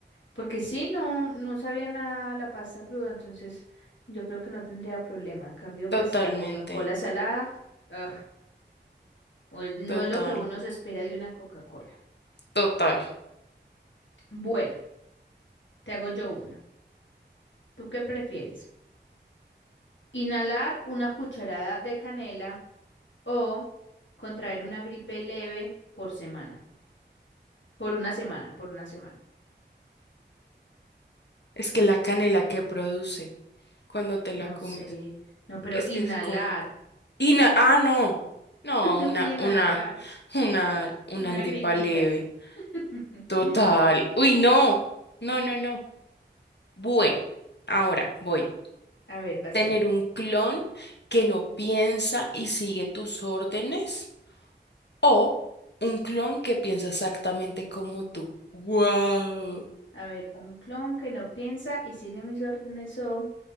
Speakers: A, on the left; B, on the left.
A: Porque sí, no, no sabía nada la pasta cruda, entonces yo creo que no tendría problema. En cambio,
B: Totalmente,
A: pues la Coca-Cola salada, ugh, o- no
B: total,
A: es lo que uno se espera de una Coca-Cola.
B: total.
A: Bueno, te hago yo una. ¿Tú qué prefieres? ¿Inhalar una cucharada de canela o contraer una gripe leve por semana? Por una semana, por una semana.
B: Es que la canela que produce cuando te
A: No
B: la comes,
A: sé, no, pero
B: es
A: inhalar,
B: que es como... Y na- ah, no, no,
A: <laughs>
B: una,
A: inhalar,
B: una, una, una
A: una
B: gripa
A: gripita.
B: leve.
A: <laughs>
B: Total.
A: Sí.
B: Uy, no, no, no, no. Bueno, ahora voy.
A: A ver, vas
B: Tener
A: tú.
B: un clon que no piensa y sigue tus órdenes o un clon que piensa exactamente como tú. Wow.
A: A ver, un clon que no piensa y sigue mis órdenes o